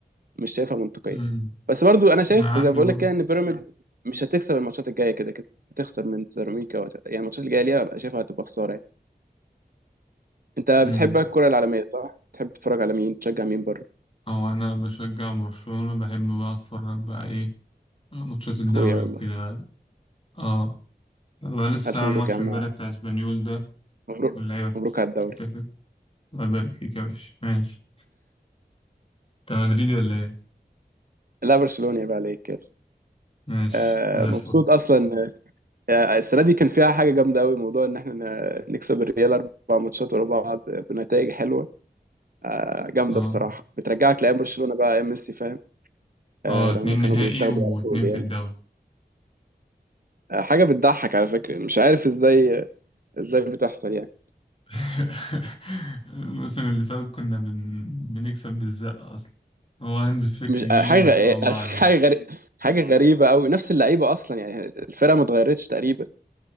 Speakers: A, on the right (about 60°); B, on the left (about 35°).
A: مش شايفها منطقيه
B: مم.
A: بس برضو انا شايف
B: انا عندي
A: زي ما بقول
B: برضه
A: لك كده ان بيراميدز مش هتكسب الماتشات الجايه كده كده هتخسر من سيراميكا وهت... يعني الماتشات الجايه ليها بقى شايفها هتبقى خساره يعني. انت
B: مم.
A: بتحب الكرة العالمية صح؟ بتحب تتفرج على مين؟ تشجع مين بره؟
B: او انا بشجع برشلونة بحب بقى اتفرج بقى ايه ماتشات الدوري
A: اخويا والله
B: وكده اه هو لسه
A: الف
B: عامل
A: مبروك
B: ماتش
A: يا عم
B: امبارح بتاع اسبانيول ده
A: مبروك
B: واللعيبة بت-
A: مبروك على الدوري
B: بتحتفل الله يبارك فيك يا باشا ماشي انت مدريدي ولا ايه
A: لا برشلونة يبقى عليك كده
B: ماشي
A: آه
B: زي
A: مبسوط
B: الفل
A: اصلا آه السنة دي كان فيها حاجة جامدة قوي موضوع ان احنا ن- نكسب الريال اربع ماتشات ورا بعض بنتائج حلوة آه جامدة
B: اه
A: بصراحة بترجعك لايام برشلونة بقى ايام ميسي فاهم
B: اه
A: آه
B: اتنين
A: لما كانوا
B: نهائي
A: بيتاخدوا
B: واتنين
A: على طول يعني
B: في الدوري
A: آه حاجة بتضحك على فكرة مش عارف ازاي ازاي بتحصل يعني.
B: <laughs> الموسم اللي فات كنا بن... بنكسب بالزقة أصلا هو هانز فليك
A: مش
B: جه
A: آه، حاجه
B: ما
A: غ-
B: شاء
A: إيه،
B: الله
A: <laughs>
B: عليه
A: حاجه غريبه حاجه غريبه قوي نفس اللعيبه اصلا يعني الفرقه ما اتغيرتش تقريبا